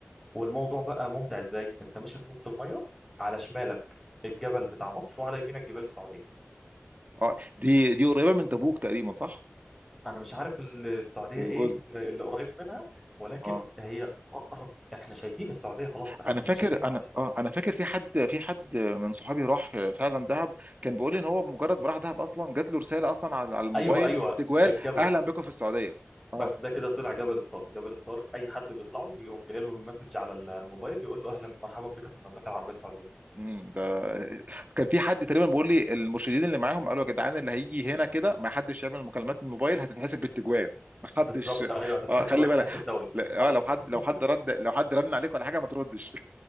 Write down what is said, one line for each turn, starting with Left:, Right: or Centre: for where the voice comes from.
Centre: والموضوع بقى ممتع إزاي أنت ماشي في نص المية على شمالك الجبل بتاع مصر وعلى يمينك جبال السعودية
Right: اه دي دي قريبه من تبوك تقريبا صح
Centre: أنا مش عارف ال- السعودية
Right: الجزء
Centre: إيه ال- اللي قريب منها ولكن
Right: اه
Centre: هي أقرب إحنا شايفين السعودية خلاص إحنا
Right: انا
Centre: كنا
Right: فاكر
Centre: شايفين السعودية
Right: انا اه انا فاكر في حد في حد من صحابي راح فعلا دهب كان بيقول لي ان هو مجرد ما راح دهب اصلا جات له رساله اصلا على على الموبايل
Centre: أيوه أيوه
Right: تجوال
Centre: الجبل
Right: اهلا بكم في السعوديه
Centre: بس
Right: اه
Centre: ده كده طلع جبل ستار جبل ستار اي حد بيطلعه بيقوم جاي له مسج على ال- الموبايل يقول له اهلا مرحبا بك في المملكه العربيه السعوديه
Right: امم ده كان في حد تقريبا بيقول لي المرشدين اللي معاهم قالوا يا جدعان اللي هيجي هنا كده ما حدش يعمل مكالمات من الموبايل هتتحسب بالتجوال ما حدش
Centre: بالظبط ايوه هتتحسب
Right: اه خلي
Centre: هتتحسب
Right: بالك
Centre: دولي
Right: لا،
Centre: حصل
Right: اه لو حد
Centre: <laughs>
Right: لو حد رد لو حد رن عليك ولا حاجه ما تردش